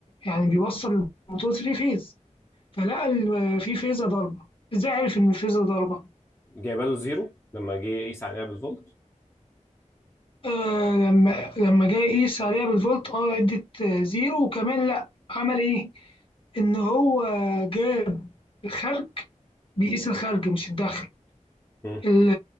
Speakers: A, on the left; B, on the left.
A: يعني بيوصل الموتور 3 فيز فلقى ال- في فيزة ضاربة إزاي عرف إن الفيزة ضاربة؟
B: جايبه له زيرو لما جه يقيس عليها بالفولت
A: آه لما لما جه يقيس عليها بالفولت اه ادت آه، زيرو وكمان لا عمل ايه؟ إن هو جاب الخارج بيقيس الخارج مش الدخل
B: مم.
A: ال-